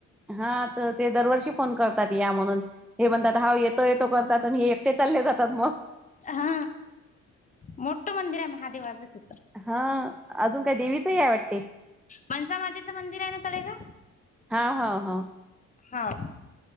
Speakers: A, in the centre; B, on the left.
A: हा तर ते दरवर्षी फोन करतात या म्हणून. हे म्हणतात हा येतो येतो करतात, आणि हे एकटे चालले जातात मग.
B: हा, मोठं मंदिर आहे महादेवाचं ते.
A: हा, अजून काय देवीचही आहे वाटते.
B: पंसामातेचं मंदिर आहे ना ताडेगाव.
A: हा हा हा.
B: हाव.